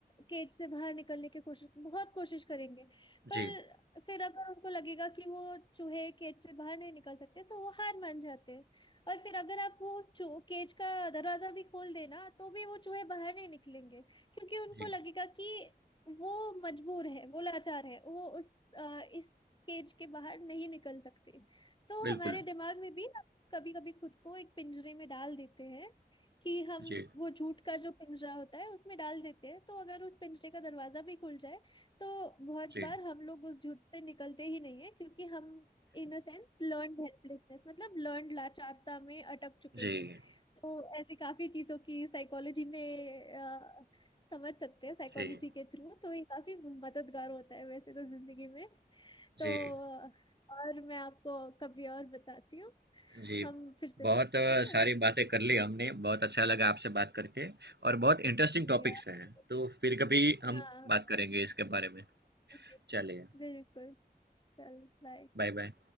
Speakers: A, on the left; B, on the right.
A: केज से बाहर निकलने की कोशिश बहुत कोशिश करेंगे
B: जी,
A: पर फिर अगर उनको लगेगा कि वो चूहे केज से बाहर नहीं निकल सकते तो वो हार मान जाते हैं और फिर अगर आप वो चो केज का दरवाजा भी खोल देना तो भी वो चूहे बाहर नहीं निकलेंगे क्योंकि उनको
B: जी,
A: लगेगा कि वो मजबूर है वो लाचार है वो उस अ, इस केज के बाहर नहीं निकल सकते तो
B: बिल्कुल।
A: हमारे दिमाग में भी हम कभी कभी खुद को एक पिंजरे में डाल देते हैं कि हम
B: जी,
A: वो झूठ का जो पिंजरा होता है उसमें डाल देते हैं तो अगर उस पिंजरे का दरवाजा भी खुल जाए तो बहुत
B: जी,
A: बार हम लोग उस झूठ से निकलते ही नहीं है क्योंकि हम in a sense learned helplessness मतलब लर्न्ड लाचारता में अटक चुके
B: जी,
A: हैं तो ऐसी काफी चीजों की साइकोलॉजी में अ, समझ सकते हैं साइकोलॉजी
B: जी,
A: के थ्रू तो ये काफी मददगार होता है वैसे तो जिंदगी में
B: जी।
A: तो अ, और मैं आपको कभी और बताती हूँ
B: जी,
A: हम फिर से
B: बहुत
A: मिलते
B: अ,
A: हैं, ठीक
B: सारी
A: है
B: बातें कर ली हमने, बहुत अच्छा लगा आपसे बात करके और बहुत इंटरेस्टिंग
A: जी
B: टॉपिक्स
A: आप
B: हैं, तो फिर कभी हम
A: हाँ हाँ,
B: बात करेंगे इसके बारे में।
A: जी
B: चलिए,
A: जी बिल्कुल चल बाय
B: बाय बाय।